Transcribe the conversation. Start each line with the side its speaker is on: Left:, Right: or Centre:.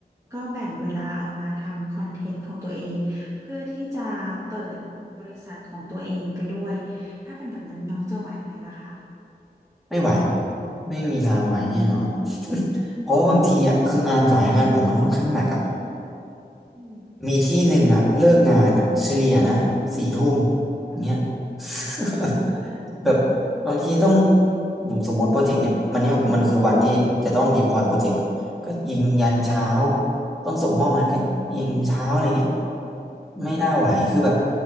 Right: ก็แบ่งเวลาออกมาทำคอนเทนต์ของตัวเองเพื่อที่จะเปิดบริษัทของตัวเองไปด้วยถ้าเป็นแบบนั้นน้องจะไหวไหมล่ะคะ
Centre: ไม่ไหวไม่มีทางไหวแน่นอน
Right: อืม
Centre: <laughs> เพราะว่าบางทีอ่ะคืองานสายงานผมมันค่อนข้างหนักอ่ะ
Right: อืม
Centre: มีที่หนึ่งอ่ะเลิกงานอ่ะเฉลี่ยนะสี่ทุ่ม
Right: ค่ะ
Centre: เนี้ย
Right: ค่ะ
Centre: <laughs> แบบบางทีต้องผมสมมติโปรเจกต์เนี้ยมันเนี้ยมันคือวันที่จะต้องดีพลอยโปรเจกต์อ่ะก็ยิงยันเช้าต้องส่งมอบงานก็ยิงเช้าอะไรเงี้ยไม่น่าไหวคือแบบ